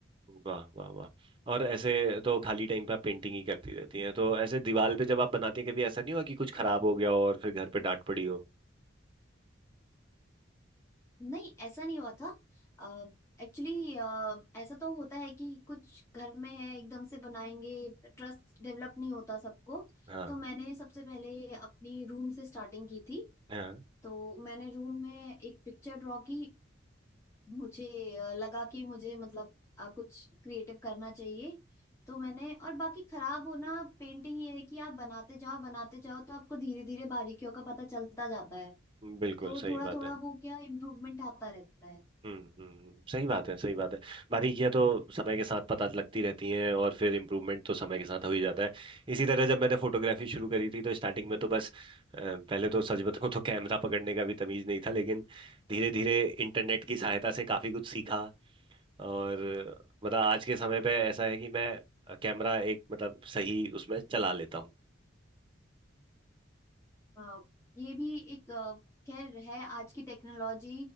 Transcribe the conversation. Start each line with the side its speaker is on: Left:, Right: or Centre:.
Right: हम्म, वाह वाह वाह और ऐसे तो खाली टाइम पे आप पेंटिंग ही करती रहती हैं तो ऐसे दीवार पे जब आप बनाती हैं कभी ऐसा नहीं हुआ कि कुछ खराब हो गया हो और फिर घर पे डांट पड़ी हो
Left: नहीं ऐसा नहीं हुआ था एक्चुअली ऐसा तो होता है कि कुछ घर में है एकदम से बनाएंगे ट्रस्ट डेवलप नहीं होता सबको
Right: हाँ
Left: तो मैंने सबसे पहले अपनी रूम से स्टार्टिंग की थी
Right: हाँ
Left: तो मैंने रूम में एक पिक्चर ड्रॉ की मुझे अ, लगा कि मुझे मतलब अ, कुछ क्रिएटिव करना चाहिए तो मैंने और बाकी खराब होना पेंटिंग ये है कि आप बनाते जाओ बनाते जाओ तो आपको धीरे धीरे बारीकियों का पता चलता जाता है
Right: बिल्कुल
Left: तो
Right: सही
Left: थोड़ा
Right: बात
Left: थोड़ा
Right: है
Left: वो क्या इम्प्रूवमेंट आता रहता है
Right: हम्म हम्म हम्म, सही बात है सही बात है बारीकियां तो समय के साथ पता लगती रहती हैं और फिर इम्प्रूवमेंट तो समय के साथ हो ही जाता है इसी तरह जब मैंने फोटोग्राफी शुरू करी थी तो स्टार्टिंग में तो बस अ, पहले तो सच बताऊं तो कैमरा पकड़ने का भी तमीज नहीं था लेकिन धीरे धीरे इंटरनेट की सहायता से काफी कुछ सीखा और मतलब आज के समय पे ऐसा है कि मैं कैमरा एक मतलब सही उसमें चला लेता हूँ
Left: हाँ ये भी एक अ, खैर है आज की टेक्नोलॉजी